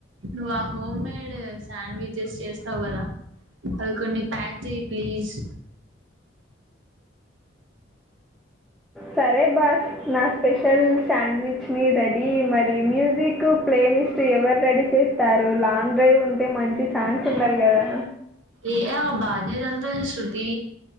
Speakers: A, on the right (about 80°); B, in the centre.
A: నువ్ ఆ హోమ్ మేడ్ శాండ్విచెస్ చేస్తావు కదా అవి కొన్ని ప్యాక్ చెయి ప్లీజ్
B: సరే అబ్బా న స్పెషల్ శాండ్విచ్ ని రెడీ మరి మ్యూజిక్ ప్లే లిస్ట్ ఎవరు రెడీ చేస్తారు లాంగ్ డ్రైవ్ ఉంటే మంచి సాంగ్స్ ఉండాలి కదా
A: ఏ బాధ్యత అంతా శృతి